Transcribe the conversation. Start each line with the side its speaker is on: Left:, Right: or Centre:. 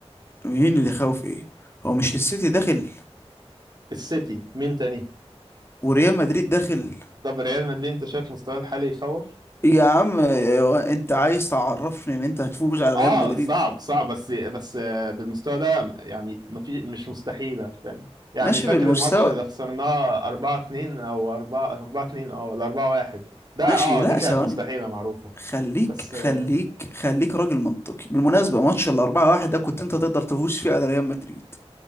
Left: مين اللي خاوف ايه هو مش السيتي داخل
Right: السيتي مين تاني
Left: وريال مدريد داخل
Right: طب ريال مدريد انت شايف مستواه الحالي يخوف
Left: يا عم هو انت عايز تعرفني ان انت هتفوز على
Right: اه
Left: ريال مدريد
Right: صعب صعب بس بس آه، بالمستوى ده يعني ما في مش مستحيلة فاهم يعني
Left: ماشي
Right: فاكر
Left: بالمستوى
Right: الماتش اللي خسرناه 4 2 او 4 4 2 اه ولا 4 1 ده
Left: ماشي
Right: اه
Left: لا
Right: دي كانت
Left: ثواني
Right: مستحيلة معروفة
Left: خليك
Right: بس
Left: خليك
Right: آه،
Left: خليك راجل منطقي بالمناسبة ماتش الأربعة واحد ده كنت أنت تقدر تفوز فيه على ريال مدريد